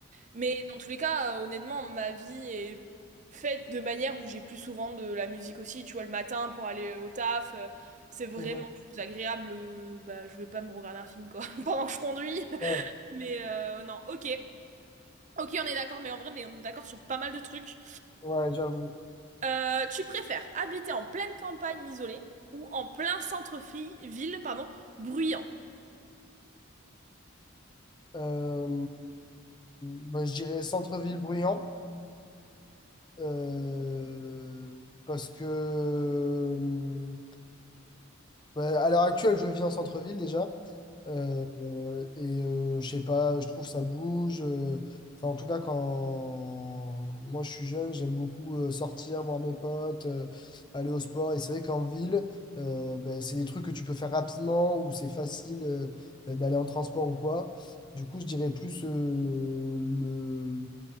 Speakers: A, on the right (about 35°); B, on the left (about 20°).
A: Mais dans tous les cas, euh, honnêtement, ma vie est faite de manière où j'ai plus souvent de la musique aussi, tu vois, le matin pour aller au taf, euh, c'est vraiment
B: Mhm.
A: plus agréable. euh, bah, je vais pas me regarder un film, quoi, <laughs> pendant que je conduis.
B: Ouais,
A: Mais euh, non, ok. Ok, on est d'accord, mais en vrai, on est on est d'accord sur pas mal de trucs.
B: ouais, j'avoue.
A: Euh, tu préfères habiter en pleine campagne isolée ou en plein centre-ville, pardon, bruyant?
B: Euh, bah, je dirais centre-ville bruyant euh, parce que euh, Bah, à l'heure actuelle, je vis en centre-ville déjà. Euh, euh, et euh, je sais pas, je trouve ça bouge. euh, Enfin, en tout cas, quand moi je suis jeune, j'aime beaucoup euh, sortir, voir mes potes, euh, aller au sport. Et c'est vrai qu'en ville, euh, ben, c'est des trucs que tu peux faire rapidement ou c'est facile euh, d'aller en transport ou quoi. Du coup, je dirais plus euh, le